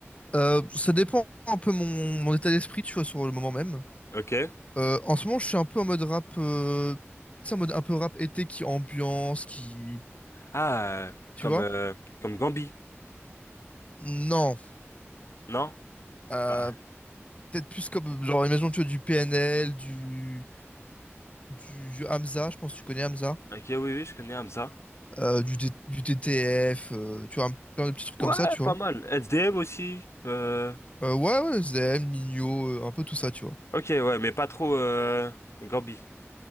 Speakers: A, on the left; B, on the left.
A: Euh, ça dépend un peu mon, mon état d'esprit, tu vois, sur le moment même.
B: Ok.
A: Euh, en ce moment, je suis un peu en mode rap, euh, tu sais, en mode un peu rap été qui ambiance, qui,
B: Ah, euh,
A: tu
B: comme,
A: vois?
B: euh, comme Gambi,
A: Non,
B: non?
A: euh,
B: Ah.
A: peut-être plus comme, genre, imagine, tu vois, du PNL, du, du, du Hamza, je pense que tu connais Hamza.
B: Ok, oui, oui, je connais Hamza.
A: euh, du, T- du TTF, euh, tu vois, un- plein de petits trucs
B: Ouais,
A: comme ça, tu vois.
B: pas mal. S D M aussi. Euh...
A: Euh, ouais, ouais, Zem, Nino, euh, un peu tout ça, tu vois.
B: Ok, ouais, mais pas trop euh... Gambi.